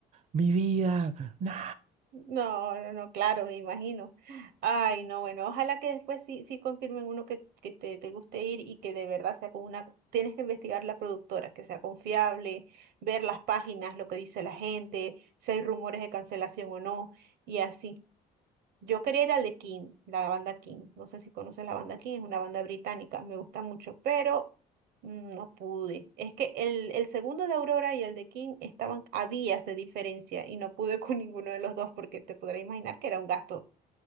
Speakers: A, on the right; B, on the right.
A: mi vida, no.
B: No, no, no, claro, me imagino. Ay, no, bueno, ojalá que después sí, sí confirmen uno que, que te, te guste ir y que de verdad sea con una... Tienes que investigar la productora, que sea confiable, ver las páginas, lo que dice la gente, si hay rumores de cancelación o no, y así. Yo quería ir al de King, la banda King. No sé si conoces la banda King, es una banda británica, me gusta mucho, pero mm, no pude. Es que el, el segundo de Aurora y el de King estaban a días de diferencia y no pude <laughs> con ninguno de los dos porque te podrás imaginar que era un gasto,